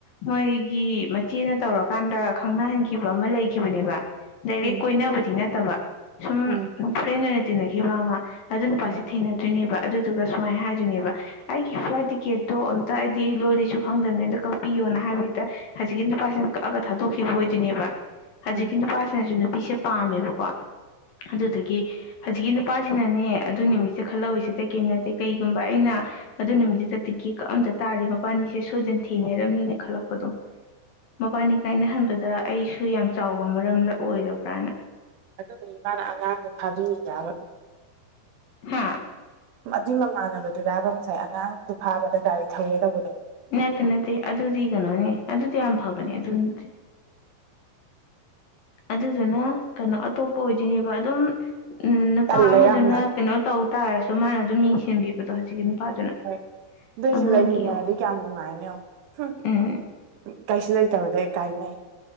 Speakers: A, on the left; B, on the right.
A: ꯃꯣꯏꯒꯤ ꯃꯆꯦꯅ ꯇꯧꯔꯀꯥꯟꯗ ꯈꯪꯅꯍꯟꯈꯤꯕ ꯑꯃ ꯂꯩꯈꯤꯕꯅꯦꯕ ꯗꯥꯏꯔꯦꯛ
B: ꯎꯝ
A: ꯀꯣꯏꯅꯕꯗꯤ ꯅꯠꯇꯕ ꯁꯨꯝ
B: ꯎꯝ
A: ꯐ꯭ꯔꯦꯟ ꯑꯣꯏꯅ ꯇꯤꯟꯅꯈꯤꯕ ꯑꯃ ꯑꯗꯨ ꯅꯨꯄꯥꯁꯤ
B: ꯍꯣꯏ
A: ꯊꯦꯡꯅꯗ ꯑꯗꯨ ꯅꯦꯕ ꯑꯗꯨꯗꯨꯒ ꯁꯨꯃꯥꯏꯅ ꯍꯥꯏꯗꯣꯏꯅꯦꯕ ꯑꯩꯒꯤ ꯐ꯭ꯂꯥꯏꯠ ꯇꯤꯀꯦꯠ ꯑꯗꯣ ꯑꯝꯇ ꯑꯩꯗꯤ ꯂꯣꯜꯂꯤꯁꯨ ꯈꯪꯗꯕꯅꯤ ꯑꯝꯇ ꯀꯛꯄꯤꯌꯣꯅ ꯍꯥꯏꯕꯗꯨꯗ ꯍꯧꯖꯤꯛꯀꯤ ꯅꯨꯄꯥꯁꯤꯅ ꯀꯛꯑꯒ ꯊꯥꯗꯣꯛꯈꯤꯕ ꯑꯣꯏꯗꯣꯏꯅꯦꯕ ꯍꯧꯖꯤꯛꯀꯤ
B: ꯑꯥ
A: ꯅꯨꯄꯥꯁꯤꯅꯁꯨ ꯅꯨꯄꯤꯁꯦ ꯄꯥꯝꯃꯦꯕꯀꯣ ꯑꯗꯨꯗꯒꯤ ꯍꯧꯖꯤꯛꯀꯤ ꯅꯨꯄꯥꯁꯤꯅꯅꯦ ꯑꯗꯨ ꯅꯨꯃꯤꯠꯁꯦ ꯈꯜꯍꯧꯔꯤꯁꯤ ꯀꯑꯩꯁꯨ ꯅꯠꯇꯦ ꯀꯩꯒꯨꯝꯕ ꯑꯩꯅ ꯑꯗꯨ ꯅꯨꯃꯤꯠꯇꯨꯗ ꯇꯤꯛꯀꯦ ꯀꯛ ꯑꯝꯇ ꯇꯥꯔꯤ ꯃꯄꯥꯅꯤꯁꯦ ꯁꯣꯏꯗꯅ ꯊꯦꯡꯅꯔꯝꯅꯤꯅ ꯈꯜꯂꯛꯄꯗꯣ ꯃꯕꯥꯅꯤ ꯀꯥꯏꯅꯍꯟꯕꯗ ꯑꯩꯁꯨ ꯌꯥꯝ ꯆꯥꯎꯕ ꯃꯔꯝꯂ ꯑꯣꯏꯔꯕ꯭ꯔꯥꯅ
B: ꯑꯗꯨꯗꯨꯒꯤ ꯃꯥꯅ ꯑꯉꯥꯡꯗꯣ ꯐꯥꯕꯤꯌꯦ ꯌꯥꯕ
A: ꯍꯥꯥ
B: ꯑꯗꯨꯏ ꯃꯃꯥꯟꯅꯕꯗꯨꯔꯥꯕ ꯉꯁꯥꯏ ꯑꯉꯥꯡꯗꯨ ꯐꯥꯕꯗ ꯒꯥꯔꯤ ꯊꯧꯋꯦ ꯇꯧꯕꯗꯣ
A: ꯅꯠꯇꯦ ꯅꯠꯇꯦ ꯑꯗꯨꯗꯤ ꯀꯩꯅꯣꯅꯦ ꯑꯗꯨꯗꯤ ꯌꯥꯝ ꯐꯕꯅꯦ ꯑꯗꯨꯗꯤ ꯑꯗꯨꯗꯨꯅ ꯀꯩꯅꯣ ꯑꯇꯣꯞꯄ ꯑꯣꯏꯗꯣꯏꯅꯦꯕ ꯑꯗꯨꯝ ꯎ ꯅꯨꯄꯥ
B: ꯇꯜꯂꯦ
A: ꯑꯃꯗꯨꯅ
B: ꯌꯥꯝꯅ
A: ꯀꯩꯅꯣ ꯇꯧ ꯇꯥꯔꯁꯨ ꯃꯥꯅ ꯑꯗꯨꯝ ꯌꯦꯡꯁꯤꯟꯕꯤꯕꯗꯣ ꯍꯧꯖꯤꯛꯀꯤ ꯅꯨꯄꯥꯗꯨꯅ
B: ꯍꯣꯏ ꯑꯗꯨꯏꯁꯨ
A: ꯑꯉꯥꯡꯒꯤ
B: ꯂꯩꯃꯤꯟꯅꯔꯗꯤ
A: ꯑꯧ
B: ꯀꯌꯥꯝ ꯅꯨꯡꯉꯥꯏꯅꯤ ꯎ
A: ꯎꯝ
B: ꯀꯥꯏꯁꯨ ꯂꯩꯇꯕꯗ ꯀꯥꯏꯅꯩ